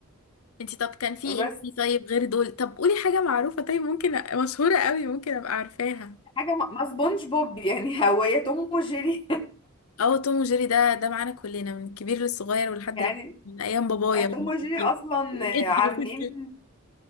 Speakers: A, on the left (about 75°); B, on the left (about 25°).
A: انت طب كان في
B: بس
A: ايه طيب غير دول طب قولي حاجه معروفه طيب ممكن أ- مشهوره قوي ممكن ابقى عارفاها
B: حاجة ما ما سبونج بوب يعني <laughs> هو يا توم وجيري
A: اه توم وجيري ده ده معانا كلنا من الكبير للصغير
B: <laughs>
A: ولحد
B: يعني
A: ال- من ايام بابايا وجدي
B: توم وجيري اصلا
A: وجدي
B: آه، عاملين
A: وجدي.